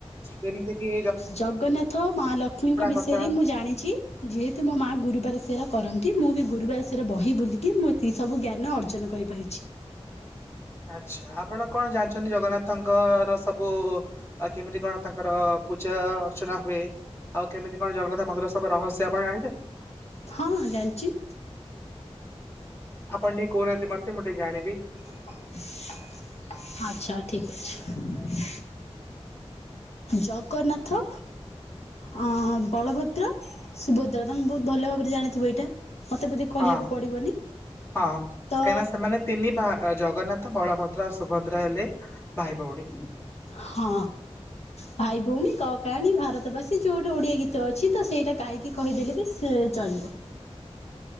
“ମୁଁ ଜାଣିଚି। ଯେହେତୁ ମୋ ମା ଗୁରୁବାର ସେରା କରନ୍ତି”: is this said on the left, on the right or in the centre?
Left